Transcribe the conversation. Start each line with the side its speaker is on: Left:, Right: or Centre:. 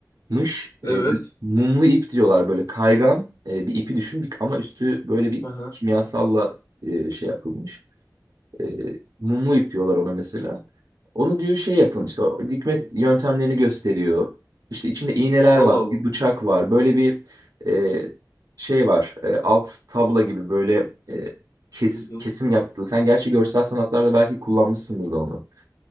Right: mış e,
Left: Evet.
Right: bir mumlu ip diyorlar böyle kaygan e, bir ipi düşün bir- ama üstü böyle bir
Left: Aha.
Right: kimyasalla e, şey yapılmış. E, mumlu ip diyorlar ona mesela. Onu diyor şey yapın işte o dikme
Left: Hı hı.
Right: yöntemlerini gösteriyor. İşte içinde iğneler
Left: Allah
Right: var,
Left: Allah.
Right: bir bıçak var. Böyle bir e, şey var. e, alt tabla gibi böyle e, kes,
Left: Hı hı.
Right: kesim yaptığı. Sen gerçi görsel sanatlarda belki kullanmışsındır da onu.